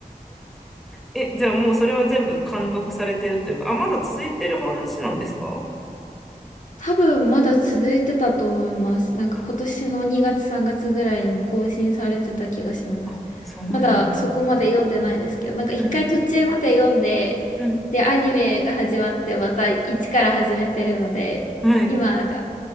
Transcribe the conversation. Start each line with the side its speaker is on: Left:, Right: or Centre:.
Centre: え、じゃあもうそれは全部完読されてるというか、あ、まだ続いてる話なんですか
Left: 多分まだ続いてたと思います。なんか今年の2月3月ぐらいにも更新されてた気がします。
Centre: あ、あそうなんです。
Left: まだそこまで読んでないですけど、なんか一回途中まで読んで、
Centre: うん、うん。
Left: で、アニメが始まってまた一から始めてるので、
Centre: はい。
Left: 今なんか